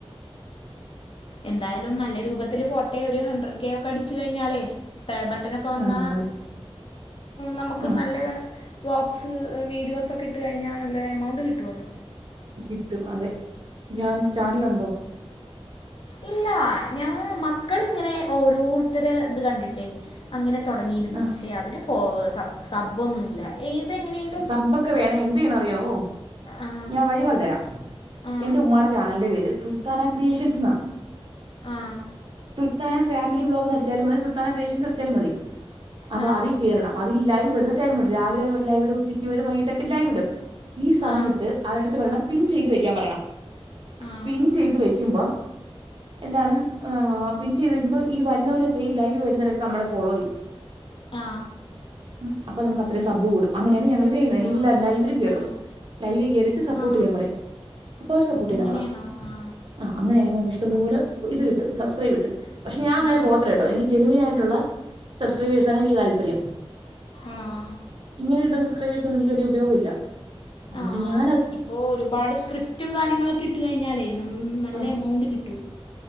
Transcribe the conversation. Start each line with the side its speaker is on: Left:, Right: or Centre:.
Left: എന്തായാലും നല്ല രൂപത്തിൽ പോട്ടെ ഒരു ഹൺഡ്രഡ് കെ ഒക്കെ അടിച്ചു കഴിഞ്ഞാലേ പേ ബട്ടനൊക്കെ വന്നാൽ
Right: ആ അതെ
Left: നമുക്ക്
Right: ആ
Left: നല്ല ബ്ലോഗ്സ് വീഡിയോസൊക്കെ ഇട്ട് കഴിഞ്ഞാ നല്ല എമൗണ്ട് കിട്ടുമല്ലോ
Right: കിട്ടും അതെ ഇയാക്ക് ചാനലുണ്ടോ
Left: ഇല്ല ഞാൻ മക്കളിങ്ങനെ ഓരോരുത്തരെ ഇത് കണ്ടിട്ടേ അങ്ങനെ തുടങ്ങിയിരുന്നു
Right: ആ
Left: പക്ഷെ അതിന് ഫ സബ് സബോന്നുമില്ല ഏതെങ്ങനെയ
Right: സബ്ബൊക്കെ വേണ എന്ത്തു ചെയ്യണ അറിയാവോ
Left: ആ
Right: ഞാൻ വഴി പറഞ്ഞതരാം
Left: ആ
Right: എന്റെ ഉമ്മാടെ ചാനലൻറെ പേര് സുൽത്താന ക്രിയേഷൻസ് ന്നാ
Left: ആ
Right: സുൽത്താന ഫാമിലി ബ്ലോഗ് ന്നടിച്ചാലും മതി സുൽത്താന ക്രിേയേഷൻടിച്ചാലും മതി അപ്പൊ
Left: ആ
Right: അതീ കേറണം അതി ലൈവ് ഇടന്ന് ടൈം രാവിലെ അവ ലൈവട ഉച്ചക്ക് വ വൈകിട്ടൊക്കെ ലൈവ ഇടും ഈ സമയത്ത്
Left: ആ
Right: അവരുടുത്ത് പറരണം പിൻ ചെയ്ത് വെക്കാൻ പറയണം
Left: ആ
Right: പിൻ ചെയ്ത് വെക്കുമ്പോം എന്താണ് പിന് ചെയ്ത്ക്കുമ്പോ വരുന്നവരൊക്കെ ഈ ലൈവ് വരുന്നരക്കെ നമ്മള ഫോളോ ചെയ്യും
Left: ആ
Right: ഉം അപ്പൊ നമു അത്ര സബ് കൂടും അങ്ങനെയാണ് ഞങ്ങള് ചെയ്യ എല്ലാം
Left: ആ
Right: ലൈവിലും കേറും
Left: ആ
Right: ലൈവി കേറിട്ട് സപ്പോർട്ട്
Left: ആ
Right: ചെയ്യാൻ പറയും അപ്പോ അവര് സപ്പോർട്ട്
Left: അങ്ങനെയാണോ
Right: ചെയ് നമ്മളാ
Left: ആ
Right: ആ അങ്ങനെയായ നമക്ക് ഇഷ്ട്ടംപോലെ ഇത് കട്ടും സബ്സ്ക്രൈബ് കിട്ടും പക്ഷെ ഞാ അങ്ങനെ
Left: ആ
Right: പോത്തില്ലട്ടോ എക്ക് ജെനുവിനായിട്ടുള്ള സബ്സ്ക്രൈബേഴ്സ് ആണ് എനിക്ക് താല്പര്യം
Left: ആ
Right: ഇങ്ങനെ ഇട്ട സംക്രൈബേഴ് എനിക്ക്ലിയ ഉപയോഗ ഇല്ല അതുകൊണ്ട്
Left: ആഹ്
Right: ഞാൻ
Left: ഇപ്പോ ഒരുപാട് സ്ക്രിപ്റ്റും കാര്യങ്ങളൊക്കെ ഇട്ട് കഴിഞ്ഞാലേ ന നല്ല
Right: ആ
Left: എമൗണ്ട് കിട്ടും